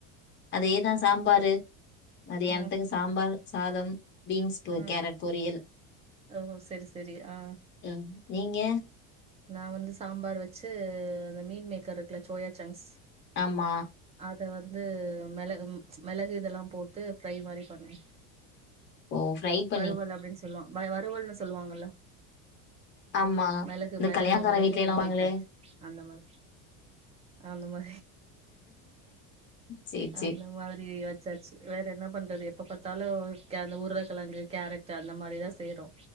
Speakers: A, on the left; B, on the right.
A: அதேதா சாம்பாரு மதியானத்துக்கு
B: ம்
A: சாம்பார் சாதம் பீன்ஸ்க்கு
B: ம்
A: கேரட் பொரியல்
B: ஓ சேரி சேரி ஆ
A: ம் நீங்க
B: நான் வந்து சாம்பார் வச்சு அந்த மீன் மேக்கர் இருக்குல சோயா சங்ஸ்
A: ஆமா
B: அத வந்து மெளகும் மெளகு இதெல்லா போட்டு ஃப்ரை மாரி பண்ணுவே
A: ஓ ஃப்ரை பண்ணீங்களா
B: வறுவல் அப்டின் சொல்லு வய் வறுவல்னு சொல்லுவாங்கள்ல
A: ஆமா
B: மெளகு
A: இந்த
B: மெளகு
A: கல்யாணக்கார
B: மெளகு
A: வீட்லலா
B: மீன்மேக்கர்
A: வாங்களே
B: அந்த மாதிரி அந்த மா
A: சேரி சேரி
B: அந்த மாதிரி வச்சாச்சு வேற எ என்ன பண்றது எப்ப பாத்தாலு கே அந்த உருளக்கெழங்கு கேரட்டு அந்த மாரி தா செய்றோ